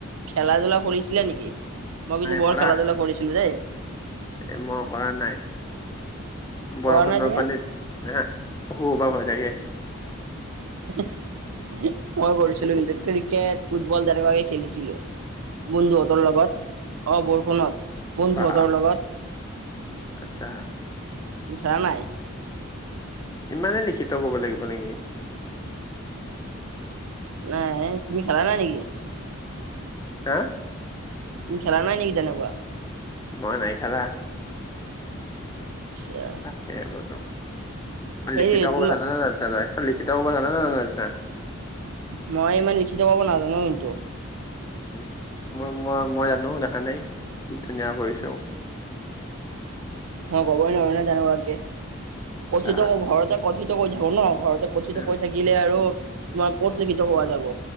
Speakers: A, on the right; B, on the left.
A: খেলা- ধূলা কৰিছিলা নেকি? মই
B: নাই
A: কিন্তু বৰ
B: কৰা
A: খেলা- ধূলা কৰিছিলো দে।
B: এ মই কৰা নাই। বৰষুণৰ
A: কৰা নাই তুমি?
B: পানীত নে অসু- ভা- হৈ থাকে।
A: মই কৰিছিলোঁ
B: শু-
A: কিন্তু, ক্ৰিকেট, ফুটবল তেনেকুৱাকে খেলিছিলোঁ। বন্ধুহঁতৰ লগত, অ' বৰষুণত। বন্ধুহঁতৰ
B: বাহ
A: লগত।
B: আত্ছা।
A: তুমি খেলা নাই?
B: ইমানেই লিখিত কব লাগিব নেকি?
A: নাই তুমি খেলা নাই নেকি?
B: হা
A: তুমি খেলা নাই নেকি তেনেকুৱা?
B: মই নাই খেলা।
A: আচ্ছা
B: তাকে বোলো। মানে
A: হেৰি
B: লিখিত ক'বা
A: তোমা
B: জানানে নাজানা তই? তই লিখিতও ক'বা জানা নে নাজানা? <unintelligible>
A: মই ইমান লিখিত ক'ব নাজানো কিন্তু।
B: উম, মই- মই- মই জানো, দেখা নাই কি ধুনীয়া কৈছোঁ।
A: মই কবই নোৱাৰোঁ ন' তেনেকুৱাকে।
B: আচ্ছা
A: কথিত ম- ঘৰতে কথিত কৈ থাকোঁ ন'। ঘৰতে কথিত
B: আহ,
A: কৈ থাকিলে আৰু তোমাৰ ক'ত লিখিত কোৱা যাব?